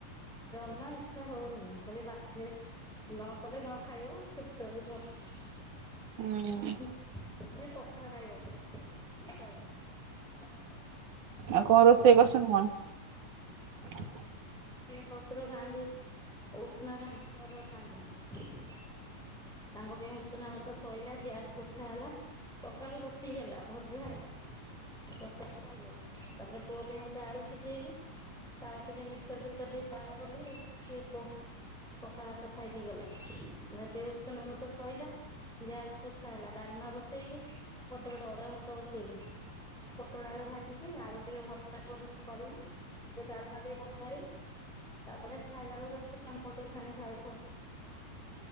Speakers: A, in the centre; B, on the right.
A: ଜମା ଇଛା ହଉନି ଖାଲି ବାଧ୍ୟହେ ନ କଲେ ନ ଖାଇବ, ଚୁପ୍ ଚାପ୍ ହେଇ ବସି
B: ହୁଁ
A: ବିଶ୍ ବିଶ୍ ପଖାଳ ଖାଇବ। ଇଛା ହଉଛି।
B: ଆଉ କଣ ରୋଷେଇ କରୁଛନ୍ତି କଣ?
A: ଶସୁର ଖାଆନ୍ତି, ଉସୁନା ଖାଆନ୍ତି। ସେ ଅରୁଆ ଖାଆନ୍ତିିନି। ତାଙ୍କ ପାଇଁ ଉସୁନା ଭାତ ସଇଲା। ଗ୍ୟାସ ପୋଛା ହେଲା। ସକାଳୁ ରୁଟି ହେଲା। ଭଜା ହେଲା। ଦଶଟାଳୁ ଖାଇଲେ, ତାପରେ ପୁଅ ପାଇଁ ଗୋଟେ ଆଳୁ ସିଝେଇଲି। ତାର ଟିକେ ମିକ୍ସଚର, ଫିକସ୍ ର ଦେଇ ପାଗ କଲି ସିଏ ତୋ । ପଖାଳ ଭାତ ଖାଇକି ଗଲା। ଏବେ ଉସନା ଭାତ ସଇ ଲା। ଗ୍ୟାସ୍ ପୋଛା ହେଲା, ଡାଲମା ବସେଇଲି, ଗୋଟେ ପଟେ ଅରୁଆ ଭାତ ବସେଇଲି। ପୋଟଳ ଆଳୁ ଭାଜିଛି, ଆଳୁ ଟିକେ ଭତ୍ତା କ କରି-କରିମୀ। ତ ଡାଲମା ଟିକେ ପଘାରିମି। ତାପରେ, ଖାଇଲା ବେଳକୁ ତା ସହିତ ପାମ୍ପଡଟେ ଛାଣି ଖାଇବୁ ଆଉ।